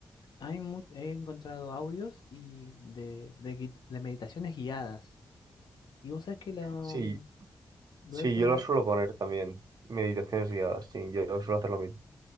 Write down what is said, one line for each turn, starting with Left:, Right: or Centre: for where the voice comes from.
Left: hay mu- he encontrado audios y de, de, gui- de meditaciones guiadas. Y vos sabés que lo,
Right: Sí,
Left: mm, lo
Right: sí,
Left: he probado,
Right: yo lo suelo poner también, meditaciones guiadas, sí, yo suelo hacer lo mismo.